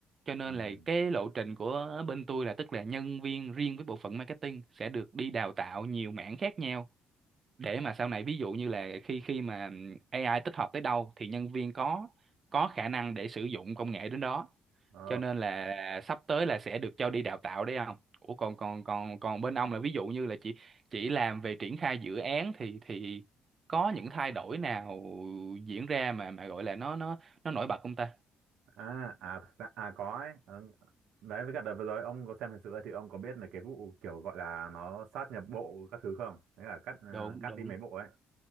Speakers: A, on the right; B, on the right.
A: cho nên
B: ừ.
A: là cái lộ trình của bên tôi là tức là nhân viên riêng với bộ phận marketing sẽ được đi đào tạo nhiều mảng khác nhau để mà sau này ví dụ như là khi khi mà AI tích hợp tới đâu thì nhân viên có có khả năng để sử dụng công nghệ đến đó
B: ồ.
A: cho nên là sắp tới là sẽ được cho đi đào tạo đấy không Ủa còn còn còn còn bên ông là ví dụ như là chỉ chỉ làm về triển khai dự án thì thì có những thay đổi nào diễn ra mà mà gọi là nó nó nó nổi bật không ta
B: à à dạ, à có ấy ừ. đấy với cả đợt vừa rồi ông có xem hình sự ấy, thì ông có biết là cái vụ kiểu gọi là nó sát nhập bộ các thứ không đấy là cắt ờ,
A: đúng
B: cắt
A: đúng
B: đi mấy bộ ấy